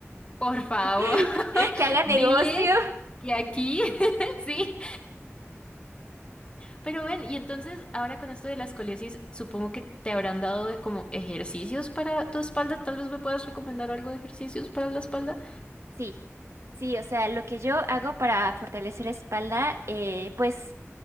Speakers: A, on the left; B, on the right.
A: Por favor,
B: <laughs>
A: <laughs>
B: que haga negocio.
A: dile que aquí, <laughs> sí, Pero ven, y entonces ahora con esto de la escoliosis, supongo que te habrán dado de- como ejercicios para tu espalda. Tal vez me puedas recomendar algo de ejercicios para la espalda.
B: Sí, sí, o sea, lo que yo hago para fortalecer espalda, eh, pues